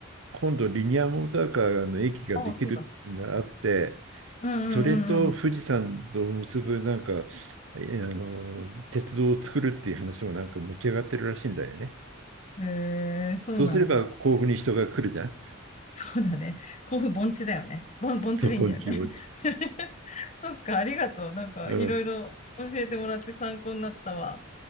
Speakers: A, on the right; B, on the left.
A: 今度リニアモーターカーの駅ができるっていうのがあって、
B: あ、そうだ。うんうんうん
A: それと富士山と結ぶなんか、えあの、鉄道を作るっていう話もなんか持ち上がってるらしいんだよね。
B: うん。へえ、そうなんだ。
A: そうすれば甲府に人が来るじゃん。
B: そうだね。甲府盆地だよね。盆、盆地でいいんだよね。
A: そう、ポンチポンチ。
B: <laughs> そっか、ありがとう。なんか、
A: うん。
B: いろいろ教えてもらって参考になったわ。